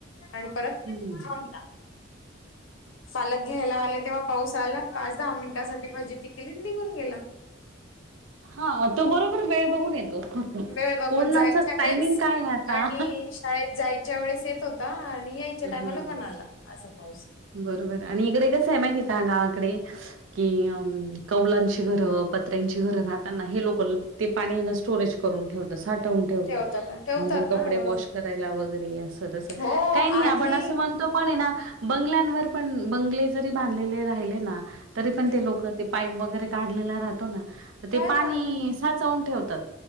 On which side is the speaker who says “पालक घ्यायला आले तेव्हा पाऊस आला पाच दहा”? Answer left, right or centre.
Left